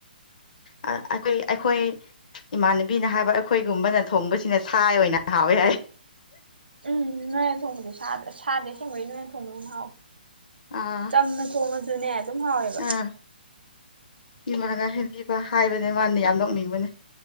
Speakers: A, on the left (about 50°); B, on the right (about 80°).
A: ꯑ ꯑꯩꯈꯣꯏ ꯑꯩꯈꯣꯏ ꯏꯃꯥꯟꯅꯕꯤꯅ ꯍꯥꯏꯕ ꯑꯩꯈꯣꯏꯒꯨꯝꯕꯅ ꯊꯣꯡꯕꯁꯤꯅ ꯁꯥꯏ ꯑꯣꯏꯅ ꯍꯥꯎꯋꯦ ꯍꯥꯏ
B: ꯎꯝ ꯅꯣꯏ ꯊꯣꯡꯕꯖꯦ ꯁꯥꯗ ꯁꯗꯤ ꯑꯁꯦꯡꯕꯩ ꯅꯣꯏꯅ ꯊꯣꯡꯕ ꯍꯥꯎꯋꯦ
A: ꯑꯥ
B: ꯆꯝꯅ ꯊꯣꯡꯉꯖꯨꯅꯦ ꯑꯗꯨꯝ ꯍꯥꯎꯋꯦꯕ
A: ꯑꯥ ꯏꯃꯥꯅ ꯍꯦꯟꯕꯤꯒꯣꯏ ꯍꯥꯏꯕꯅꯦ ꯃꯥꯅ ꯌꯥꯝ ꯅꯣꯛꯅꯤꯡꯕꯅꯦ